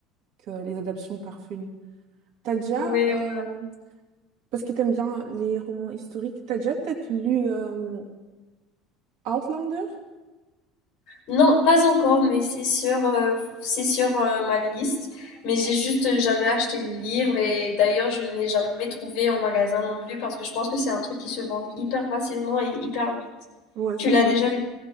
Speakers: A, on the right (about 50°); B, on the left (about 45°).
A: que les adaptations par film. T'as déjà,
B: Oui,
A: euh,
B: oui.
A: Parce que t'aimes bien les romans historiques. T'as déjà peut-être lu euh, Outlander?
B: non, pas encore, mais c'est sur, euh, c'est sur euh, ma liste. Mais j'ai juste jamais acheté le livre et d'ailleurs je ne l'ai jamais trouvé en magasin non plus parce que je pense que c'est un truc qui se vend hyper facilement et hyper vite.
A: Ouais,
B: Tu
A: ça
B: l'as
A: se vend.
B: déjà lu?